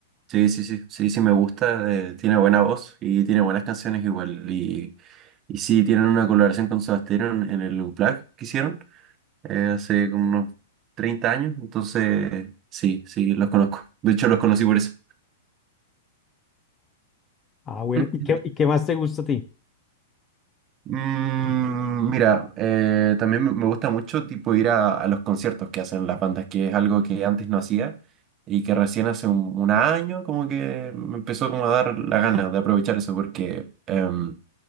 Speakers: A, on the right; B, on the left.
A: sí, sí, sí, sí, sí me gusta. eh, tiene buena voz y tiene buenas canciones igual. Y, y sí, tienen una colaboración con Soda Stereo en, en el Unplugged que hicieron eh, hace como unos 30 años. Entonces, sí, sí, los conozco. De hecho, los conocí por eso.
B: Ah, bueno,
A: <clears throat>
B: ¿y qué, y qué más te gusta a ti?
A: Mm, mira, eh, también me me gusta mucho tipo ir a, a los conciertos que hacen las bandas, que es algo que antes no hacía y que recién hace un, un año como que me empezó como a dar la gana de aprovechar eso, porque em,